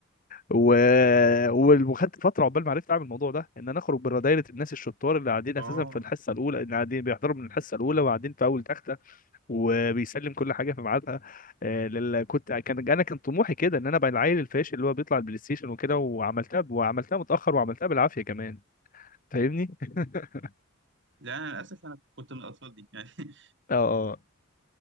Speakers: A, on the left (about 40°); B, on the right (about 55°).
A: و... و- وخدت فتره عقبال ما عرفت اعمل الموضوع ده ان انا اخرج بره دايره الناس الشطار اللي قاعدين
B: اه
A: اساسا في الحصه الاولى اللي قاعدين بيحضروا من الحصه الاولى وقاعدين في اول تخت وبيسلم كل حاجه في ميعادها آه، لل- كنت كان انا كان طموحي كده ان انا ابقى العيل الفاشل اللي هو بيطلع البلاي ستيشن وكده وعملتها وعملتها متاخر وعملتها بالعافيه كمان فاهمني <laughs>
B: لا انا للاسف انا كنت من الاطفال دي يعني <laughs>
A: اه اه